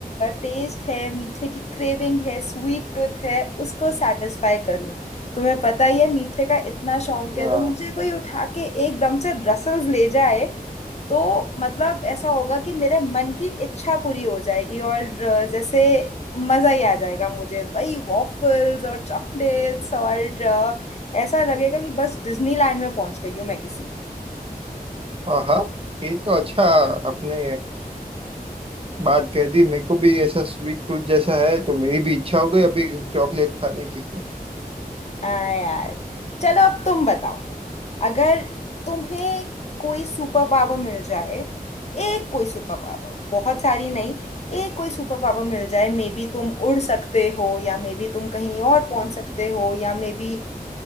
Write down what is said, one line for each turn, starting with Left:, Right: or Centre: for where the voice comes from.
Left: टेस्ट है मीठे की क्रेविंग है स्वीट टूथ है उसको सेटिस्फाई करूं तुम्हें पता ही है मीठे का इतना शौक
Right: हाँ
Left: है तो मुझे कोई उठा के एकदम से ब्रसल्स ले जाए तो मतलब ऐसा होगा कि मेरे मन की इच्छा पूरी हो जाएगी और अ, जैसे मज़ा ही आ जाएगा मुझे वही वॉफल्स और चॉकलेट्स और अ, ऐसा लगेगा कि बस डिज्नीलैंड में पहुंच गई हूँ मैं किसी
Right: हाँ हाँ, ये तो अच्छा अपने बात कह दी मेरे को भी ऐसा स्वीट टूथ जैसा है तो मेरी भी इच्छा हो गई अभी चॉकलेट खाने की
Left: हाँ यार चलो अब तुम बताओ अगर तुम्हें कोई सुपर पावर मिल जाए एक कोई सुपर पावर बहुत सारी नहीं एक कोई सुपर पावर मिल जाए मे बी तुम उड़ सकते हो या मे बी तुम कहीं और पहुंच सकते हो या मे बी